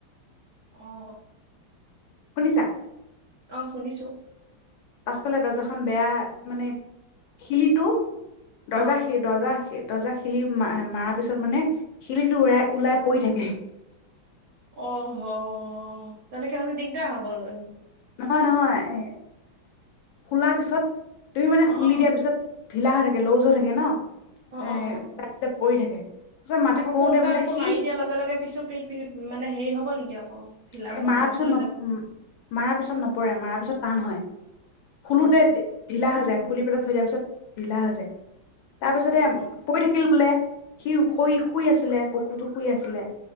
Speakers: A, on the right; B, on the left.
A: অ'
B: শুনিছা
A: অ' শুনিছো।
B: পাছফালে দৰ্জাখন বেয়া মানে শিলিটো দৰ্জা
A: অ
B: শি দৰ্জা শি দৰ্জা শিলি মাৰা মাৰা পিছত মানে শিলিটো ওলা ওলাই পৰি থাকে।
A: অহ' হ তেনেকে হ'লে দিগদাৰ হ'ব ল
B: নহয় নহয় এ খুলাৰ পিছত তুমি মানে
A: অ
B: খুলি
A: অ
B: দিয়া
A: অ
B: পিছত ঢিলা হৈ থা কে লুজ হৈ থাকে ন'
A: অ
B: এঁ
A: অ অ
B: পৰি থাকে মাটিত
A: আকৌ
B: পৰোতে
A: কোনোবা
B: বোলে
A: আকৌ
B: সি
A: মাৰি দিয়াৰ লগে লগে পিছো পি পি মানে হেৰি হ'ব নেকি আকৌ ঢিলা
B: এ'
A: হৈ
B: মাৰা
A: পেলাই
B: পিছত
A: খুলি
B: ন
A: যাব
B: উম মাৰাৰ পিছত নপৰে মাৰা পিছত টান হয় খুলোতে
A: অ
B: ঢিলা হৈ যায়, খুলি পেলাই থৈ দিয়া পিছত ঢিলা হৈ যায় তাৰপিছতে
A: অ
B: ম পৰি থাকিল বোলে সি শুই শুই আছিলে কুকুৰটো শুই আছিলে